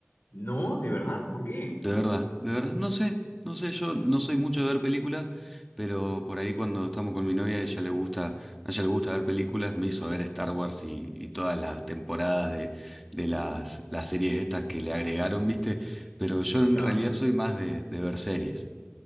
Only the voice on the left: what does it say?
No, de verdad, ¿por qué?
Ya.